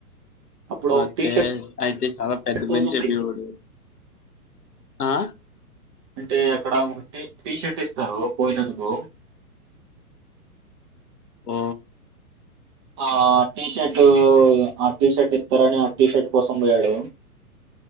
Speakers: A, on the right; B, on the left.
A: అప్పుడు
B: వోతే
A: టీ
B: అయితే చాలా
A: షర్ట్
B: పెద్ద
A: కోసం
B: మంచి మీ వోడు ఆ
A: అంటే అక్కడ ఒక టీషర్ట్ ఇస్తారు పోయినందుకు
B: ఓ
A: ఆ టీ షర్ట్ ఆ టీ షర్ట్ ఇస్తారని ఆ టీ షర్ట్ కోసం బోయాడు